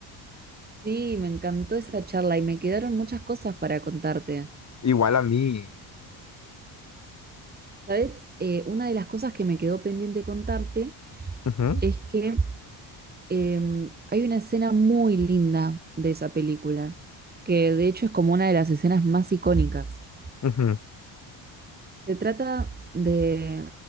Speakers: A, on the right; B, on the left.
A: Sí, me encantó esa charla y me quedaron muchas cosas para contarte.
B: <laughs> Igual a mí.
A: ¿Sabes? Eh, una de las cosas que me quedó pendiente contarte
B: Ujú,
A: es que em, hay una escena muy linda de esa película, que de hecho es como una de las escenas más icónicas.
B: ujú.
A: Se trata de,